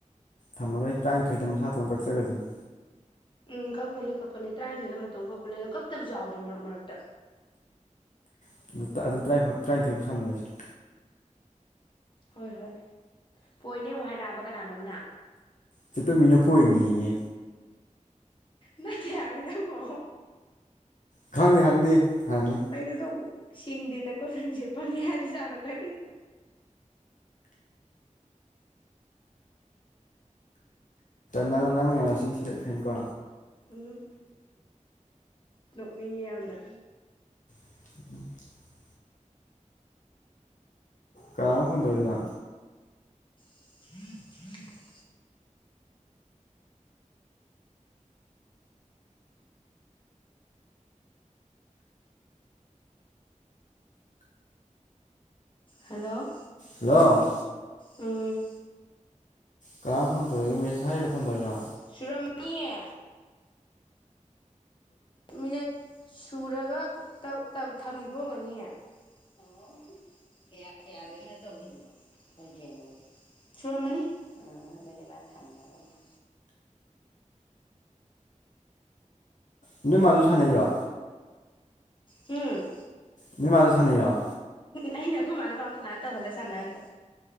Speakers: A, on the left (about 75°); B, on the left (about 40°).
A: ꯊꯝꯃꯔꯣꯏ ꯇꯔꯥꯅꯤꯊꯣꯏꯗ ꯃꯁꯥꯊꯣꯟꯅ ꯀꯛꯆꯒꯁꯤꯅꯤ
B: ꯎꯝ ꯀꯛꯄꯅꯦ ꯀꯛꯄꯅꯦ ꯇꯔꯥꯅꯤꯊꯣꯏꯗ ꯃꯇꯣꯝ ꯀꯛꯄꯅꯦ ꯑꯗꯣ ꯀꯛꯇꯕ ꯌꯥꯎꯕꯅꯤ ꯃꯔꯛ ꯃꯔꯛꯇ
A: ꯑꯗꯨ ꯇꯔꯥꯅꯤꯊꯣꯏꯨꯥꯎ ꯁꯥꯟꯅꯔꯁꯤ
B: ꯍꯣꯏ ꯍꯣꯏ ꯄꯣꯏꯅꯦ ꯑꯃꯨꯛ ꯍꯥꯏꯔꯛꯑꯕ ꯀꯅꯥꯅꯣꯝꯅ
A: ꯆꯠꯇꯃꯤꯅ ꯄꯣꯛꯏꯅꯦꯌꯦ
B: ꯅ ꯌꯥꯝ ꯅ ꯍ
A: ꯈꯪꯗꯦ ꯈꯪꯗꯦ꯫ ꯍꯪꯅꯤ
B: ꯀꯩꯅꯣꯗꯧ ꯁꯤꯡꯗꯦꯗ ꯀꯣ ꯅꯪꯁꯦ ꯄꯪꯉꯦ ꯍꯥꯏꯕꯁꯨ ꯌꯔꯣꯏ꯫ ꯗꯗꯤ꯫
A: ꯅꯪꯅ ꯉꯔꯁꯤꯟ ꯊꯤꯗꯛꯈꯅꯤꯀꯣ꯫
B: ꯎꯝ ꯅꯣꯛꯅꯤꯡꯉꯤ ꯌꯥꯝꯅ꯫
A: <unintelligible> ꯀꯥꯥꯟꯅꯅꯣ ꯐꯣꯟꯇꯧꯔꯛꯏꯗꯨꯅ꯫
B: <unintelligible> ꯍꯜꯂꯣ꯫
A: ꯍꯜꯂꯣ꯫
B: ꯎꯝ꯫
A: ꯀꯅꯅꯣ ꯐꯣꯟ ꯇꯧꯔꯛꯏꯗꯣ ꯃꯦꯁꯦꯁ ꯊꯔꯛꯢꯔꯣ ꯐꯣꯟ ꯇꯧꯔꯛꯢꯔꯣ꯫
B: ꯁꯨꯔꯝꯅꯤꯍꯦ ꯃꯤꯅꯠ꯫ ꯁꯨꯔꯒ ꯊꯝꯈꯤꯕꯒ ꯑꯣꯔꯝꯅꯤꯌꯦ꯫ ꯑꯣ ꯀꯌꯥ ꯀꯌꯥꯗꯒꯤꯅꯣ ꯇꯧꯈꯤꯗꯣ ꯄꯨꯡ ꯀꯥꯌꯅꯣ꯫ ꯁꯨꯔꯝꯃꯅꯤ ꯑꯥ ꯑꯗꯨꯗꯤ ꯃꯥ ꯊꯝꯈ꯭ꯔꯕ ꯃꯥꯜ꯫
A: ꯅꯣꯏ ꯃꯥꯁꯨ ꯁꯥꯟꯅꯩꯔꯣ꯫
B: ꯍꯝ꯫
A: ꯅꯣꯏ ꯃꯥꯁꯨ ꯁꯥꯟꯅꯩꯔꯣ꯫
B: ꯑꯩꯅ ꯈꯣꯏꯃꯥ ꯄꯥꯝ ꯆꯅꯗꯥ ꯇꯧꯍꯂ ꯁꯅꯍꯟꯕ꯫